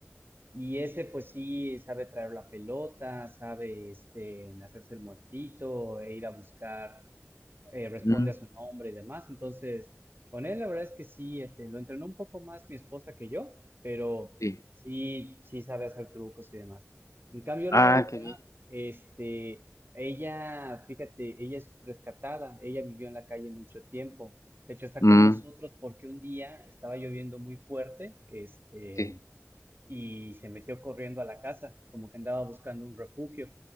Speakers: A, on the right (about 40°); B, on the left (about 75°).
A: Y ese pues sí sabe traer la pelota, sabe este, hacerse el muertito e ir a buscar, eh, responde
B: Mm,
A: a su nombre y demás. Entonces, con él la verdad es que sí, este, lo entrenó un poco más mi esposa que yo, pero
B: sí.
A: sí, sí sabe hacer trucos y demás. En cambio, la
B: Ah,
A: otra,
B: qué bien.
A: este, ella, fíjate, ella es rescatada, ella vivió en la calle mucho tiempo. De hecho, está
B: Mm,
A: con nosotros porque un día estaba lloviendo muy fuerte, este
B: sí.
A: y se metió corriendo a la casa, como que andaba buscando un refugio.